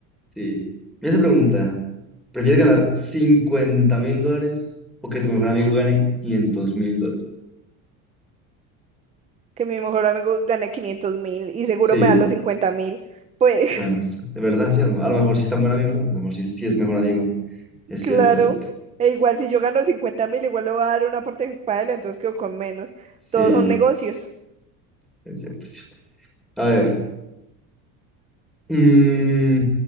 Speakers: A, in the centre; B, on the right (about 20°).
A: sí. Mira esa pregunta. ¿Prefieres ganar cincuenta mil dólares o que tu mejor amigo gane quinientos mil dólares?
B: que mi mejor amigo gane quinientos mil y seguro
A: Sí,
B: me da los cincuenta mil. Pues
A: bueno, sí. De verdad, sí. A lo, a lo mejor sí es tan buen amigo, ¿no? A lo mejor sí, sí es mejor amigo.
B: <laughs>
A: Es
B: claro,
A: cierto, es cierto.
B: e igual si yo gano cincuenta mil, igual le voy a dar una parte para él, entonces quedo con menos.
A: Sí,
B: Todos son negocios.
A: es cierto, es cierto. A ver. mm,